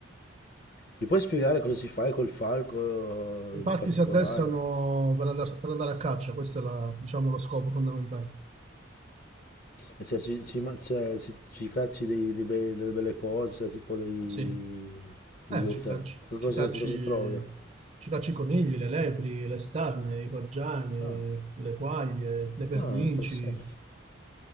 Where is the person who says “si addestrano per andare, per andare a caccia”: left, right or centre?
Right